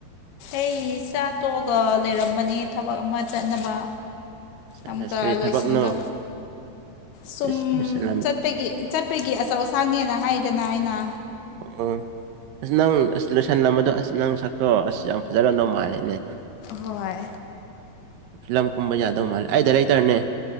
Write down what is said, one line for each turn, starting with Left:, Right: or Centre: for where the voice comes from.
Left: ꯑꯩ ꯆꯆꯥ ꯇꯣꯛꯑꯒ ꯂꯩꯔꯝꯕꯅꯦ ꯊꯕꯛ ꯑꯃ ꯆꯠꯅꯕ
Right: ꯁꯥꯏꯟꯁ
Left: ꯑꯃꯨꯛꯀ
Right: ꯀꯔꯤ
Left: ꯂꯣꯏꯁꯤꯟꯕ
Right: ꯊꯕꯛꯅꯣ
Left: ꯁꯨꯝ
Right: ꯑꯁ ꯂꯣꯏꯁꯤꯜꯂꯝ
Left: ꯆꯠꯄꯒꯤ ꯆꯠꯄꯒꯤ ꯑꯆꯧ ꯑꯁꯥꯡꯅꯦꯅ ꯍꯥꯏꯗꯅ ꯑꯩꯅ
Right: ꯑꯣ ꯎ ꯑꯁ ꯅꯪ ꯑꯁ ꯂꯣꯏꯁꯜꯂꯝꯕꯗꯣ ꯑꯁ ꯅꯪ ꯁꯛꯇꯣ ꯑꯁ ꯌꯥꯝ ꯐꯖꯅ ꯅꯣꯡꯉꯥꯏꯜꯔꯦꯅꯦ
Left: ꯍꯣꯏ
Right: ꯂꯝ ꯀꯨꯝꯕ ꯌꯥꯗꯧ ꯃꯥꯜꯂꯦ ꯑꯩꯗ ꯂꯩꯇꯔꯅꯦ